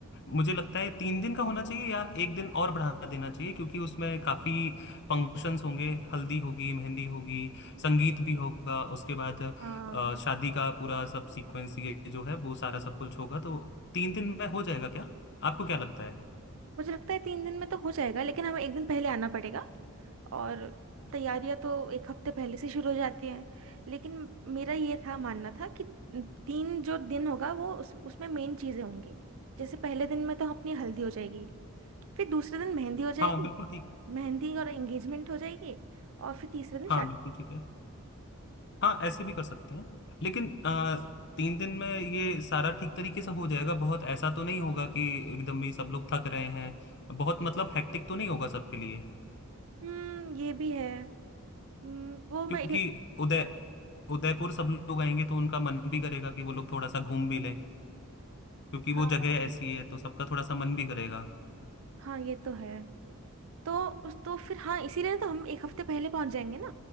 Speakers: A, on the left; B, on the right.
A: मुझे लगता है तीन दिन का होना चाहिए या एक दिन और बढ़ा देना चाहिए क्योंकि उसमें काफी फंक्शंस होंगे हल्दी होगी मेहंदी होगी संगीत भी होगा उसके बाद अ,
B: हाँ
A: शादी का पूरा सब सीक्वेंस ये जो है वो सारा सब कुछ होगा तो तीन दिन में हो जाएगा क्या आपको क्या लगता है
B: मुझे लगता है तीन दिन में तो हो जाएगा लेकिन हमें एक दिन पहले आना पड़ेगा और तैयारियां तो एक हफ्ते पहले से शुरू हो जाती हैं लेकिन मेरा ये था मानना था कि तीन जो दिन होगा वो उस, उसमें मेन चीज़ें होंगी जैसे पहले दिन में तो अपनी हल्दी हो जाएगी फिर दूसरे दिन मेहंदी हो जाएगी
A: हाँ बिल्कुल ठीक
B: मेहंदी और एंगेजमेंट हो जाएगी और फिर तीसरे दिन
A: हाँ
B: शादी
A: बिल्कुल ठीक है हाँ ऐसे भी कर सकते हैं लेकिन अ, तीन दिन में ये सारा ठीक तरीके से हो जाएगा बहुत ऐसा तो नहीं होगा कि एकदम ही सब लोग थक रहे हैं बहुत मतलब हेक्टिक तो नहीं होगा सबके लिए
B: हम्म ये भी है हम्म, वो
A: क्योंकि
B: मैं ये
A: उदय उदयपुर सब लोग आएंगे तो उनका मन भी करेगा कि वो लोग थोड़ा सा घूम भी लें क्योंकि वो
B: हाँ
A: जगह ऐसी है तो सबका थोड़ा सा मन भी करेगा
B: हाँ ये तो है तो उस तो फिर हाँ इसीलिए तो हम एक हफ्ते पहले पहुंच जाएंगे ना